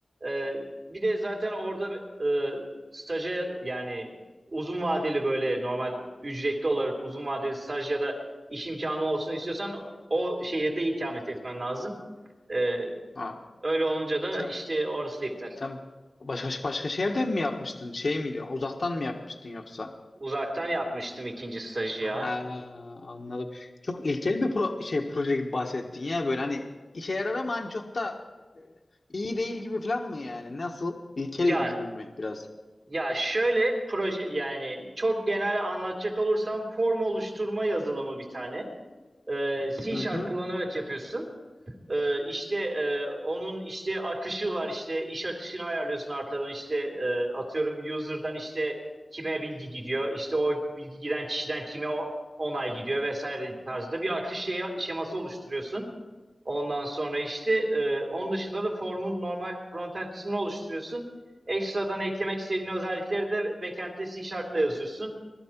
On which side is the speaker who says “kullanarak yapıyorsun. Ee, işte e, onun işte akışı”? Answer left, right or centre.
Right